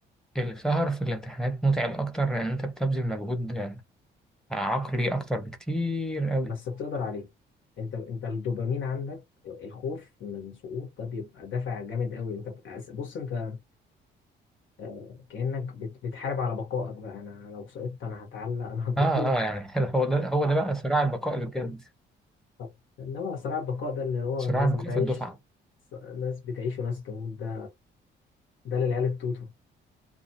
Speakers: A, in the centre; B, on the left.
A: السهر في الامتحانات متعب أكتر لأن أنت بتبذل مجهود آه، عقلي أكتر بكتير أوي
B: بس بتقدر عليه انت انت الدوبامين عندك آه، الخوف من السقوط ده بيبقى دافع جامد قوي انت بتبقى- بص انت آه، كانك بت- بتحارب على بقائك بقى انا لو سقطت انا هتعلق انا هتضرب
A: آه آه يعني <laughs> هو ده هو ده بقى صراع البقاء اللي بجد
B: <laughs> انما صراع البقاء ده اللي هو
A: صراع
B: ناس
A: البقاء
B: بتعيش
A: في الدفعة
B: ناس بتعيش وناس تموت ده ده للعيال التوتو